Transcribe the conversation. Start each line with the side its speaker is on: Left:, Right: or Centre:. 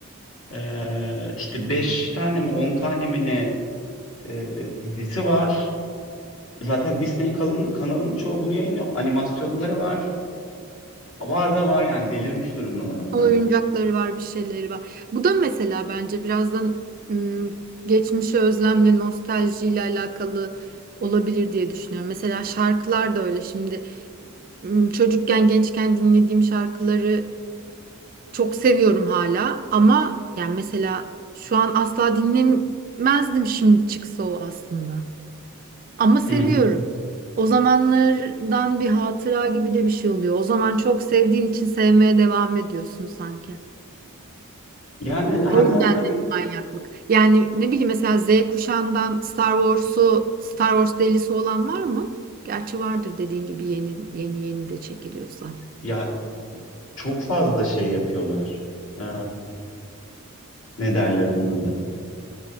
Left: Ee, işte beş tane mi on tane mi ne e, dizisi var. Zaten Disney kalın, kanalının çoğu bunu yayınlıyor. Animasyonları var. Var da var yani delirmiş durumdalar onlar.
Right: Oyuncakları var, bir şeyleri var. Bu da mesela bence birazdan ım, geçmişe özlemle, nostaljiyle alakalı olabilir diye düşünüyorum. Mesela şarkılar da öyle. Şimdi ım, çocukken, gençken dinlediğim şarkıları Çok seviyorum hala ama yani mesela şu an asla dinlemezdim şimdi çıksa o aslında. Ama seviyorum.
Left: Hı hı.
Right: O zamanlardan bir hatıra gibi de bir şey oluyor. O zaman çok sevdiğin için sevmeye devam ediyorsun sanki.
Left: Yani hem
Right: O yüzden
Left: o tabii
Right: de bir manyaklık. Yani ne bileyim mesela Z kuşağından Star Wars'u, Star Wars delisi olan var mı? Gerçi vardır dediğin gibi yeni yeni yeni de çekiliyorsa.
Left: ya çok fazla şey yapıyorlar. Ee, ne derler onun adı?